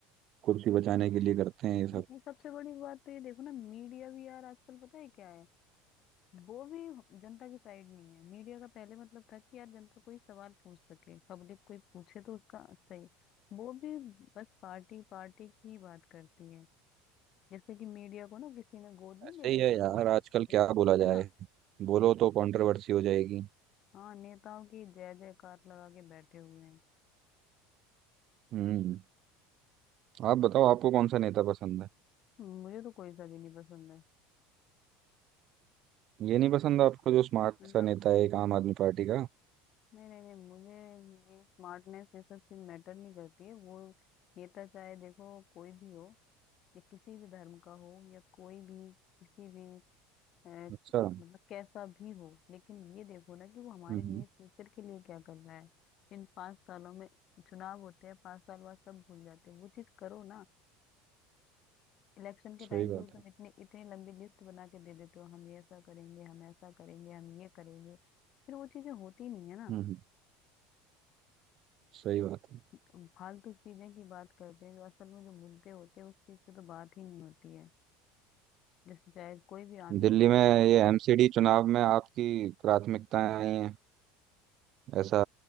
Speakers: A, on the right; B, on the left.
A: कुर्सी बचाने के लिए करते हैं ये सब
B: ये सबसे बड़ी बात तो ये देखो ना मीडिया भी यार आजकल पता है क्या है वो भी जनता की साइड नहीं है मीडिया का पहले मतलब था कि यार जनता कोई सवाल पूछ सके पब्लिक कोई पूछे तो उसका सही वो भी बस पार्टी पार्टी की बात करती है जैसे कि मीडिया को ना किसी ने गोद नहीं
A: ऐसे
B: ले
A: ही
B: लेते
A: है
B: हैं,
A: यार
B: जैसे
A: आजकल क्या
B: जैसे
A: बोला जाए
B: है ना
A: बोलो तो कंट्रोवर्सी हो जाएगी
B: हाँ नेताओं की जय जयकार लगा के बैठे हुए हैं
A: हम्म आप बताओ आपको कौन सा नेता पसंद है
B: मुझे तो कोई सा भी नहीं पसंद
A: ये नहीं पसंद आपको जो स्मार्ट
B: है ना।
A: सा नेता है एक आम आदमी पार्टी का
B: नहीं नहीं नहीं मुझे ये स्मार्टनेस ये सब चीज मैटर नहीं करती है वो नेता चाहे देखो कोई भी हो या किसी भी धर्म का हो या कोई भी किसी भी अ,
A: अच्छा हम्म
B: मतलब कैसा भी हो लेकिन ये देखो ना कि वो हमारे
A: हम्म,
B: लिए फ्यूचर के लिए क्या करना है इन पांच सालों में चुनाव होते हैं पांच साल बाद सब भूल जाते हैं वो चीज करो ना इलेक्शन के
A: सही
B: टाइम
A: बात
B: पर तुम
A: है
B: इतने इतनी लंबी लिस्ट बना के दे देते हो हम ये ऐसा करेंगे हम ऐसा करेंगे हम ये करेंगे फिर वो चीजें होती नहीं है ना
A: हम्म हम्म, सही बात है
B: तुम फालतू चीजें की बात करते हैं जो असल में जो मुद्दे होते हैं उस चीज पे तो बात ही नहीं होती है जैसे चाहे कोई भी आंदोलन
A: दिल्ली में
B: हो किस-
A: ये एमसीडी चुनाव में आपकी प्राथमिकताएं आई हैं ऐसा